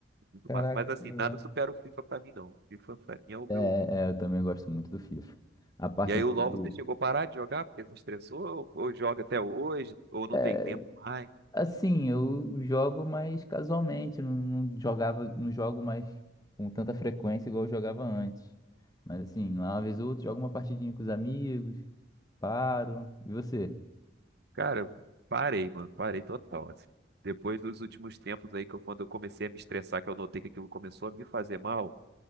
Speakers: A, on the right (about 60°); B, on the left (about 20°).
A: muito
B: Caraca,
A: massa. Mas assim,
B: que legal.
A: nada supera o FIFA pra mim, não. O FIFA pra mim é o meu
B: É, é, eu também gosto muito do FIFA. A parte
A: E aí
B: do,
A: o LoL
B: do-
A: você chegou a parar de jogar porque se estressou, ou, ou joga até hoje, ou não
B: é,
A: tem tempo mais.
B: assim, eu jogo mais casualmente, não, não jogava, não jogo mais com tanta frequência igual eu jogava antes. Mas assim, lá uma vez ou outra, jogo uma partidinha com os amigos, paro. E você?
A: Cara, eu parei, mano, parei total, assim. Depois dos últimos tempos aí, que eu, quando eu comecei a me estressar, que eu notei que aquilo começou a me fazer mal,